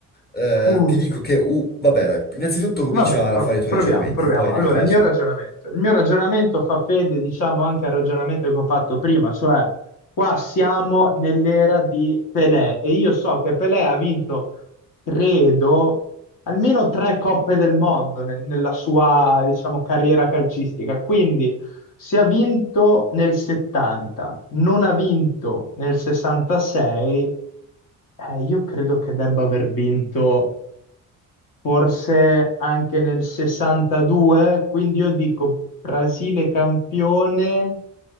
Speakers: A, on the left (about 30°); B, on the left (about 65°).
A: Eh,
B: Uff.
A: ti dico che, uh, vabbè, dai, innanzitutto comincia
B: Va bene,
A: a
B: va
A: fare
B: bene,
A: i tuoi
B: proviamo,
A: ragionamenti,
B: proviamo.
A: poi nel
B: Allora,
A: caso...
B: il mio ragionamento. Il mio ragionamento fa fede, diciamo, anche al ragionamento che ho fatto prima, cioè qua siamo nell'era di Pelé e io so che Pelé ha vinto, credo, almeno tre coppe del mondo nel- nella sua, diciamo, carriera calcistica. Quindi, se ha vinto nel 70, non ha vinto nel 66, eh, io credo che debba aver vinto forse anche nel 62, quindi io dico Brasile campione